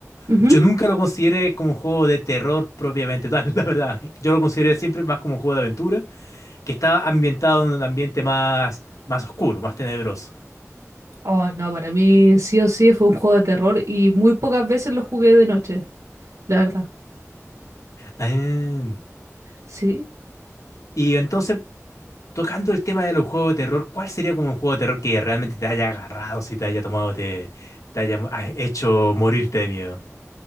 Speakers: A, on the right; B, on the left.
A: Ujú.
B: Yo nunca lo consideré como un juego de terror propiamente tal, <laughs> la verdad. Yo lo consideré siempre más como un juego de aventura, que estaba ambientado en un ambiente más, más oscuro, más tenebroso.
A: Oh, no, para mí sí o sí fue un juego de terror y muy pocas veces lo jugué de noche, la verdad.
B: Ah,
A: Sí.
B: y entonces, Tocando el tema de los juegos de terror, ¿cuál sería como un juego de terror que realmente te haya agarrado, si te haya tomado, te, te haya mo- ha- hecho morirte de miedo?